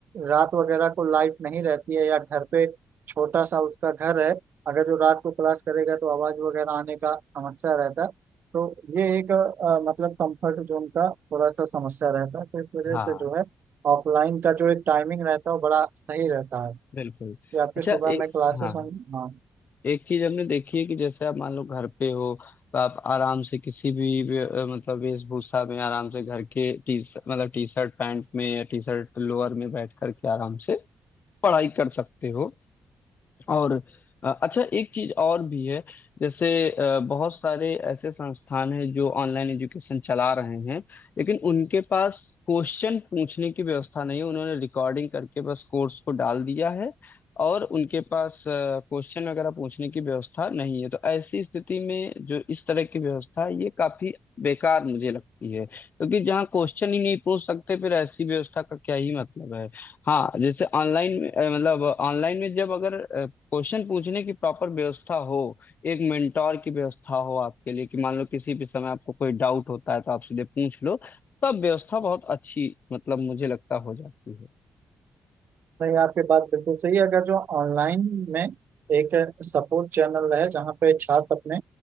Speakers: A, on the right; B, on the left.
A: रात वगैरह को लाइट नहीं रहती है या घर पे छोटा सा उसका घर है अगर जो रात को क्लास करेगा तो आवाज वगैरह आने का समस्या रहता है तो ये एक अ, मतलब कंफर्ट जोन का थोड़ा सा समस्या रहता है तो इस वजह
B: हाँ
A: से जो है ऑफलाइन का जो एक टाइमिंग रहता है वो बड़ा सही रहता है
B: बिल्कुल
A: कि आपके
B: अच्छा
A: सुबह
B: एक
A: में क्लासेस
B: हाँ
A: हों हाँ
B: एक चीज हमने देखी है कि जैसे आप मान लो घर पे हो तो आप आराम से किसी भी वे- अ, मतलब वेशभूषा में आराम से घर के टी मतलब टी शर्ट पैंट में या टी शर्ट लोअर में बैठ करके आराम से पढ़ाई कर सकते हो और अ, अच्छा एक चीज और भी है जैसे अ, बहुत सारे ऐसे संस्थान हैं जो ऑनलाइन एजुकेशन चला रहे हैं लेकिन उनके पास क्वेश्चन पूछने की व्यवस्था नहीं है उन्होंने रिकॉर्डिंग करके बस कोर्स को डाल दिया है और उनके पास क्वेश्चन वगैरह पूछने की व्यवस्था नहीं है तो ऐसी स्थिति में जो इस तरह की व्यवस्था है ये काफी बेकार मुझे लगती है क्योंकि जहाँ क्वेश्चन ही नहीं पूछ सकते फिर ऐसी व्यवस्था का क्या ही मतलब है हाँ जैसे ऑनलाइन में अ, मतलब ऑनलाइन में जब अगर क्वेश्चन पूछने की प्रॉपर व्यवस्था हो एक मेंटोर की व्यवस्था हो आपके लिए कि मान लो किसी भी समय आपको कोई डाउट होता है तो आप सीधे पूछ लो तब व्यवस्था बहुत अच्छी मतलब मुझे लगता हो जाती है
A: नहीं आपकी बात बिल्कुल सही है अगर जो ऑनलाइन में एक सपोर्ट चैनल रहे जहाँ पे छात्र अपने